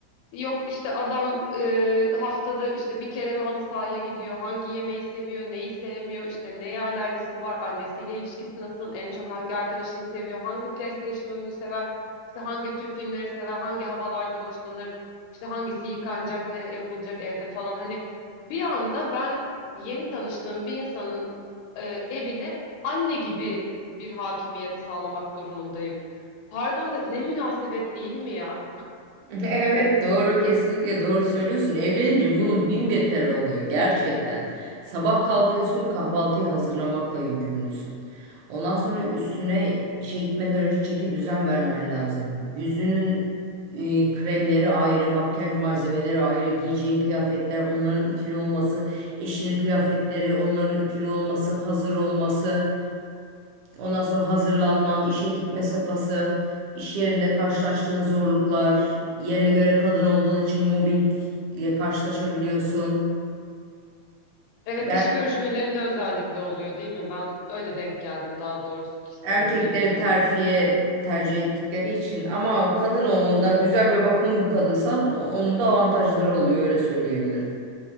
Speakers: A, on the left (about 80°); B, on the right (about 75°).
A: Yok işte adam e, haftada işte bir kere mi halı sahaya gidiyor, hangi yemeği seviyor, neyi sevmiyor, işte neye alerjisi var, annesiyle ilişkisi nasıl, en çok hangi arkadaşını seviyor, hangi PlayStation oyunu sever, işte hangi tür filmleri sever, hangi havalardan hoşlanır, işte hangisi yıkanacak, ne yapılacak evde falan. Hani bir anda ben yeni tanıştığım bir insanın e, evine anne gibi bir hakimiyet sağlamak durumundayım. Pardon da ne münasebet değil mi ya?
B: <laughs> Evet doğru kesinlikle doğru söylüyorsun. Evlenince bunun bin beter oluyor gerçekten. Sabah kalkıyorsun kahvaltıyı hazırlamakla yükümlüsün. Ondan sonra üstüne işe gitmeden önce çeki düzen vermen lazım. Yüzünün e, kremleri ayrı, makyaj malzemeleri ayrı, giyeceğin kıyafetler, onların ütülü olması, eşinin kıyafetleri, onların ütülü olması, hazır olması. Ondan sonra hazırlanman, işe gitme safhası, iş yerinde karşılaştığın zorluklar, yerine göre kadın olduğun için mobbing ile karşılaşabiliyorsun.
A: Evet
B: Ger-
A: iş görüşmelerinde özellikle oluyor değil mi? Ben öyle denk geldim daha doğrusu kişisel
B: erkekleri
A: deneyimimde.
B: terfiye tercih ettikleri için ama kadın olmanın da güzel ve bakımlı bir kadınsan onun da avantajları oluyor öyle söyleyebilirim.